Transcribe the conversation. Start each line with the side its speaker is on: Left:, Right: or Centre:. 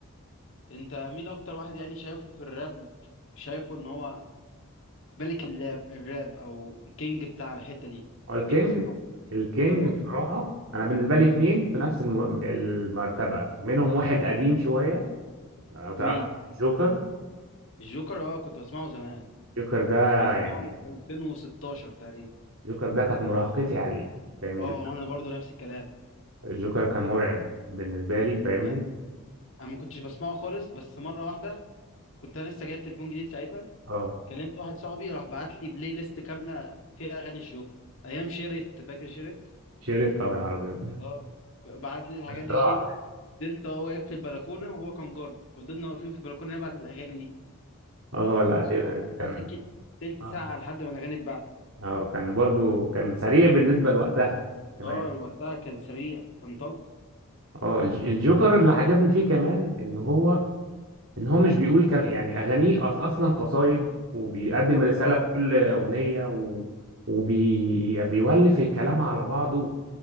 Left: انت مين اكتر واحد يعني شايفه في الراب شايفه ان هو ملك اللاب الراب او كينج بتاع الحتة دي
Right: هو الكينج
Left: لما تيجي تسمعه
Right: الكينج
Left: اه
Right: بصراحة أنا بالنسبة لي اتنين في نفس الم- المرتبة منهم واحد قديم شوية لو تعرف
Left: مين
Right: جوكر
Left: الجوكر اه كنت بسمعه زمان
Right: جوكر ده
Left: بسمعه
Right: يعني
Left: في 2016 تقريبا
Right: جوكر ده كانت مراهقتي عليه فاهم
Left: اه
Right: جو-
Left: وانا برضو نفس الكلام
Right: جوكر كان مرعب بالنسبة لي فاهمني
Left: انا أنا ما كنتش بسمعه خالص بس مرة واحدة كنت انا لسه جايب تليفون جديد ساعتها
Right: اه
Left: كلمت واحد صاحبي راح بعت لي بلاي ليست كاملة فيها اغاني الجوكر ايام شيرت فاكر شيرت
Right: شربت اه يا نهار أبيض
Left: اه بعت لي الحاجات
Right: <laughs>
Left: دي
Right: راح
Left: شيرت فضلت هو واقف في البلكونه وهو كان جاري ففضلنا واقفين في البلكونه نبعت الاغاني دي
Right: اه لا
Left: فضلنا
Right: شربت
Left: واقفين
Right: كان
Left: بتاع سكه تلت
Right: اه
Left: ساعه لحد ما الاغاني اتبعت
Right: اه كان برضو كان سريع بالنسبة لوقتها كمان
Left: اه وقتها كان سريع كان طلق
Right: اه الج- الجوكر اللي عجبني فيه كمان ان هو ان هو مش بيقول كل... يعني اغانيه أص- اصلا قصايد وبيقدم رساله
Left: اه
Right: في كل اغنيه و... وبيولف وبي... بيولف الكلام على بعضه